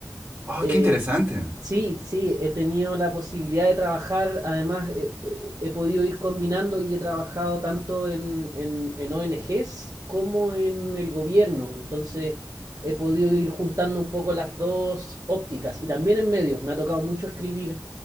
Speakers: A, on the right; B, on the right.
A: Oh,
B: eh,
A: qué interesante.
B: Sí, sí, he tenido la posibilidad de trabajar, además eh, eh, he podido ir combinando y he trabajado tanto en, en- en ONGs como en el gobierno, entonces he podido ir juntando un poco las dos ópticas y también en medios, me ha tocado mucho escribir